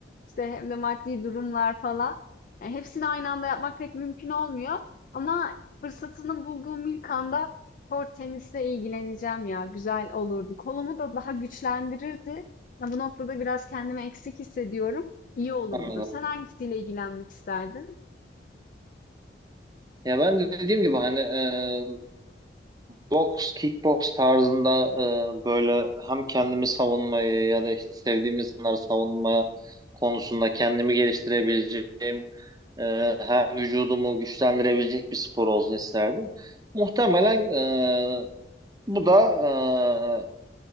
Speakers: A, on the left; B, on the right.
A: işte hem de maddi durumlar falan. Yani hepsini aynı anda yapmak pek mümkün olmuyor. Ama fırsatını bulduğum ilk anda kort tenisle ilgileneceğim ya. Güzel olurdu. Kolumu da daha güçlendirirdi. Ya bu noktada biraz kendimi eksik hissediyorum. İyi olurdu.
B: Anladım.
A: Sen hangisiyle ilgilenmek isterdin?
B: Ya ben de dediğim gibi hani e, boks, kickboks tarzında e, böyle hem kendimi savunmayı ya da işte sevdiğim insanları savunma konusunda kendimi geliştirebileceğim, e, hem vücudumu güçlendirebilecek bir spor olsun isterdim. Muhtemelen e, bu da e,